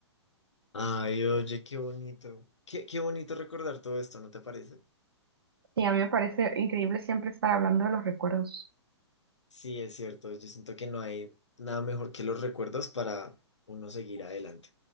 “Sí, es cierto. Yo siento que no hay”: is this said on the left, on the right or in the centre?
Left